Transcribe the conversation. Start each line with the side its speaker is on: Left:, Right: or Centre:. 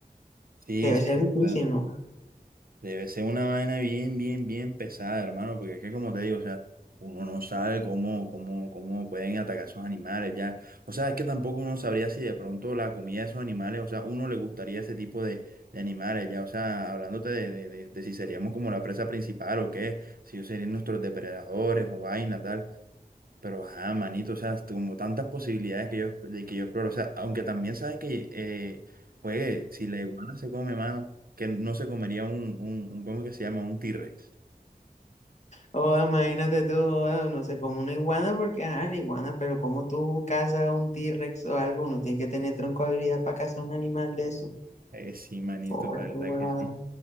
Right: Sí,
Left: debe
Right: sí,
Left: ser difícil,
Right: claro.
Left: no
Right: Debe ser una vaina bien, bien, bien pesada, hermano, porque es que como te digo, o sea, uno no sabe cómo, cómo, cómo pueden atacar esos animales ya. O sea, es que tampoco uno sabría si de pronto la comida de esos animales, o sea, uno le gustaría ese tipo de, de animales ya. O sea, hablándote de, de, de- de si seríamos como la presa principal o qué, si ellos serían nuestros depredadores o vaina, tal. Pero, ah, manito, o sea, como tantas posibilidades que yo, de que yo exploro. O sea, aunque también sabes que, eh, juegue, si la iguana se come, mano, que no se comería un, un, un ¿cómo que se llama? Un T-Rex.
Left: Oh, imagínate tú, oh, no sé, como una iguana, porque, ah, la iguana, pero como tú cazas un T-Rex o algo, uno tiene que tener tronco habilidad para cazar un animal de eso.
Right: Eh, sí, manito,
Left: Oh,
Right: la verdad
Left: wow.
Right: que sí.